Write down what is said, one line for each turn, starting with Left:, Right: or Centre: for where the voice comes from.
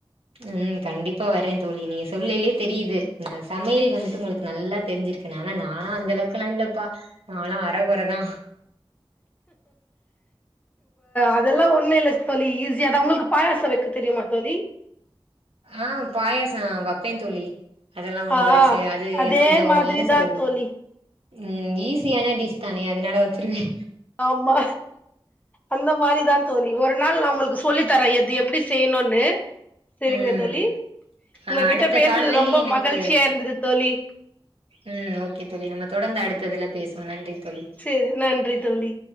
Right: ம் கண்டிப்பா வரே தோழி நீங்க சொல்லேலே தெரியுது நா சமையல் வந்துட்டு ஒங்ளுக்கு நல்லா தெரிஞ்சிருக்குனு ஆனா நாலா அந்த அளவுக்கெல்லா இல்லப்பா நாலா அரகொறதா
Left: அதெல்லா ஒன்னு இல்ல தோழி ஈஸியாதா ஒங்ளுக்கு பாயாசோ வெக்க தெரிமா தோழி
Right: ஆஹ் பாயாசோ வப்பே தோழி அதெல்லா ஒன்னு
Left: ஆ
Right: பிரச்சன அது
Left: அதே
Right: கொஞ்சோ
Left: மாதிரிதா
Right: என்ன சொல்றது
Left: தோழி
Right: ம் ஈஸியான டிஸ் தானே அதனால வச்சுருந்தே
Left: ஆமா அந்த மாரி தா தோழி ஒரு நாள் நா ஒங்ளுக்கு சொல்லி தரே எது எப்டி செய்னுனு செரிங்க
Right: ம்
Left: தோழி உங்ககிட்ட
Right: ஆ அடுத்த
Left: பேசுனது
Right: கால்லயே
Left: ரொம்ப
Right: எனக்கு
Left: மகிழ்ச்சியா இருந்தது தோழி
Right: ம் ஓகே தோழி நம்ப தொடந்து அடுத்ததுல பேசுவோ நன்றி தோழி
Left: செரி நன்றி தோழி